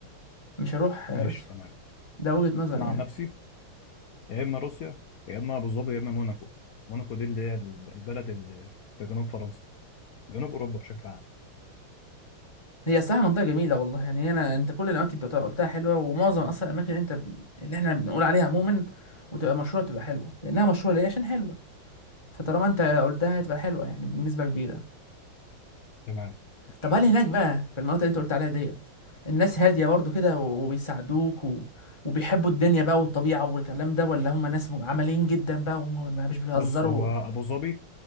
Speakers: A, on the left (about 15°); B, on the left (about 80°).
A: مش هروح
B: ماشي
A: آه، روسيا
B: تمام
A: ده وجهه نظري
B: انا عن
A: يعني
B: نفسي يا اما روسيا يا اما ابو ظبي يا اما موناكو موناكو دي اللي هي الب- البلد اللي في جنوب فرنسا جنوب اوروبا بشكل عام
A: هي صراحة منطقة جميلة والله يعني أنا أنت كل الأماكن أنت قلتها قلتها حلوة ومعظم أصلا الأماكن اللي أنت اللي إحنا بنقول عليها عموما وتبقى مشهورة تبقى حلوة لأنها مشهورة ليه عشان حلوة فطالما أنت قلتها هتبقى حلوة يعني بنسبة كبيرة
B: تمام ماشي.
A: طب هل هناك بقى في المناطق اللي أنت قلت عليها ديت الناس هادية برضو كده وبيساعدوك و... وبيحبوا الدنيا بقى والطبيعة والكلام ده ولا هم ناس عمليين جدا بقى وما مش بيهزروا
B: بص هو ابو ظبي